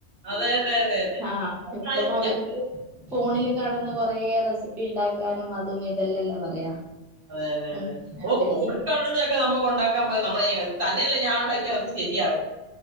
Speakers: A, on the right; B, in the centre.
A: അതെ അതെ അതെ അതെ
B: ആഹ് ഇപ്പം
A: അതായിരിക്കാം
B: അവർക്ക് ഫോണില് കാണുന്ന കൊറെ റെസിപ്പി ഉണ്ടാക്കാനും അതും ഇതെല്ലാംല്ലാം പറയാ
A: അതെ അതെ
B: ഉം
A: അതെ ഓഹ്
B: അവര്ക്ക്
A: ഫോണിൽ കാണുന്നതൊക്കെ നമുക്ക് ഉണ്ടാക്കാൻ പോ നമ്മള് തന്നെയല്ലേ ഞാൻണ്ടാക്ക അത് ശരിയാ